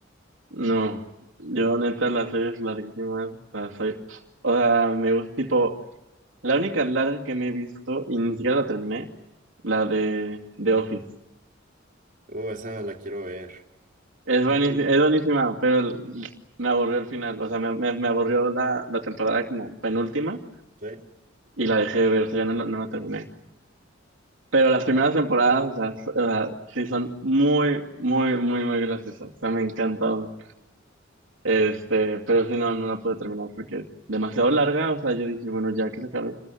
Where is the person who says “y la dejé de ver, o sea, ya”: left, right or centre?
Right